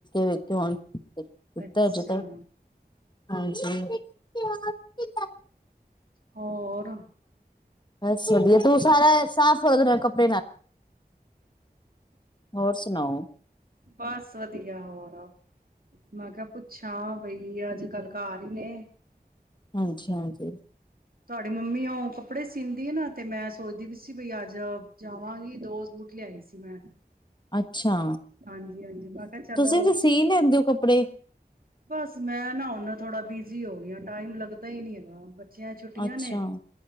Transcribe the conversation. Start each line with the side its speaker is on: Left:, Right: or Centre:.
Left: ਵੇਖ ਹੁਣ ਇਕ
Right: ਅੱਛਾ
Left: ਤਾਂ ਅੱਜ ਕੱਲ, ਹਾਂਜੀ <unintelligible>
Right: ਹੋਰ। <inaudible>
Left: ਬਸ ਵਧੀਆ ਤੂੰ ਸਾਰਾ ਸਾਫ਼ ਕੱਪ ਹੋਰ ਸੁਣਾਓ
Right: ਬਸ ਵਧੀਆ ਹੋਰ ਮੈਂ ਕਿਹਾ ਪੁੱਛਾਂ ਬਈ ਅੱਜ ਕੱਲ ਘਰ ਈ ਨੇ
Left: ਹਾਂਜੀ ਹਾਂਜੀ
Right: ਤੁਹਾਡੀ ਮੰਮੀ ਓ ਕੱਪੜੇ ਸੀਂਦੀ ਏ ਨਾ ਤੇ ਮੈਂ ਸੋਚਦੀ ਬੀ ਸੀ ਬਈ ਅੱਜ ਜਾਵਾਂਗੀ ਦੋ ਸੂਟ ਲਿਆਈ ਸੀ ਮੈਂ
Left: ਅੱਛਾ
Right: ਹਾਂਜੀ ਹਾਂਜੀ ਮੈਂ ਕਿਹਾ ਚਲੋ
Left: ਤੁਸੀਂ ਤੇ ਸੀ ਲੈਂਦੇ ਹੋ ਕੱਪੜੇ
Right: ਬਸ ਮੈਂ ਨਾ ਉਹਨਾ ਥੋੜਾ ਬਿਜੀ ਹੋ ਗਈ ਆਂ ਟਾਈਮ ਲੱਗਦਾ ਹੀ ਨਹੀਂ ਹੈਗਾ ਬੱਚਿਆਂ ਦੀ ਛੁੱਟੀਆਂ
Left: ਅੱਛਾ
Right: ਨੇ